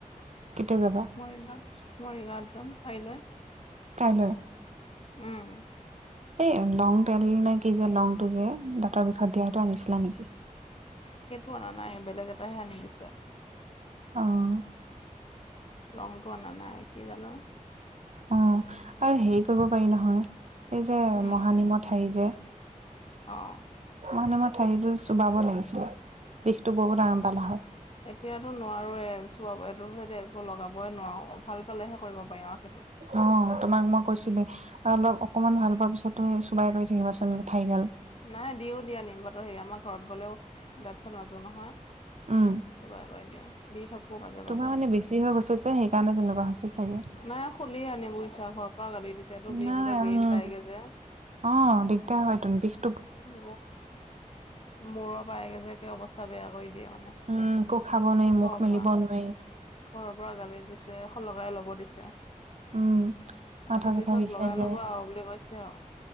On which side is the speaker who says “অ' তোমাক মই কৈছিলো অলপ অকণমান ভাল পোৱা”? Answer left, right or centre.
Right